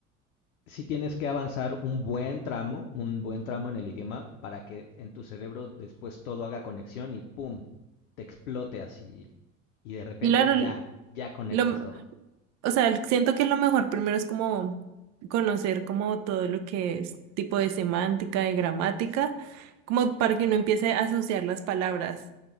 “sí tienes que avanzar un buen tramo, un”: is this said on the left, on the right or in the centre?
Left